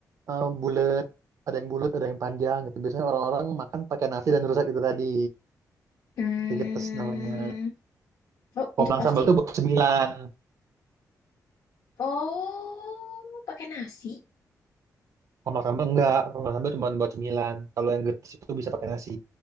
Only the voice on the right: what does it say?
eh, bulat ada yang bulat, ada yang panjang gitu. Biasanya orang-orang makan pakai nasi dan rusak itu tadi.
Kegetes namanya.
Komplang
sambal tuh buat sembilan.
Komplang sambal enggak. Komplang sambal cuma buat sembilan. Kalau yang getes itu bisa pakai nasi.